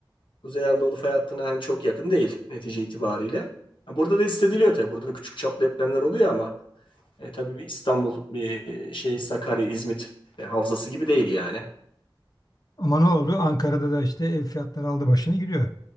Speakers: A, on the left; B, on the left.
A: Kuzey Anadolu fay hattına hani çok yakın değil netice itibariyle. Ha, Burada da hissediliyor tabii, burada küçük çaplı depremler oluyor ama E, tabii bir İstanbul, bir e, şey Sakarya, İzmit e, havzası gibi değil yani.
B: Ama ne oldu? Ankara'da da işte ev fiyatları aldı başını gidiyor.